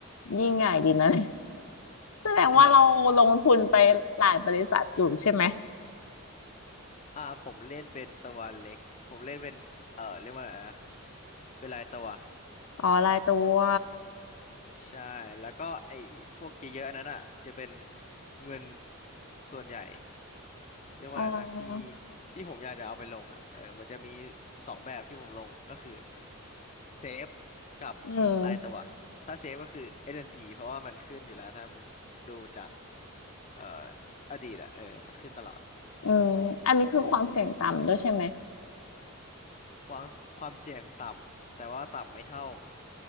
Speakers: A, on the left (about 75°); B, on the left (about 30°).
A: ยิ่งใหญ่ดีนะ <laughs> แสดงว่าเราลงทุนไปหลายบริษัทอยู่ใช่ไหม
B: <laughs> เอออ่าผมเล่นเป็นตัวเล็กผมเล่นเป็นเออเรียกว่าอะไรนะเป็นรายตัว
A: อ๋อรายตัว
B: ใช่แล้วก็ไอ้พวกเยอะๆอันนั้นอ่ะจะเป็นเงินส่วนใหญ่ เรียกว่าอะไรนะที่
A: อ๋อ
B: ที่ผมอยากจะเอาไปลงอ่ะเออมันจะมีสองแบบที่ผมลงก็คือเซฟกับรายตัวถ้าเซฟก็คือ
A: อืม
B: S&P เพราะว่ามันขึ้นอยู่แล้วถ้ามุดดูจากเอ่ออดีตอ่ะเออมันขึ้นตลอด
A: อืมอันนี้คือความเสี่ยงต่ำด้วยใช่ไหม
B: ความความเสี่ยงต่ำแต่ว่าต่ำไม่เท่า